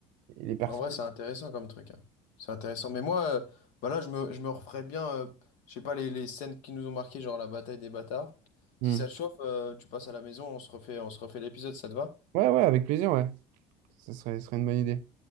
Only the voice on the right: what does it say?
et les personnes...
Hmm.
Ouais, ouais, avec plaisir, ouais. Ce serait, ce serait une bonne idée.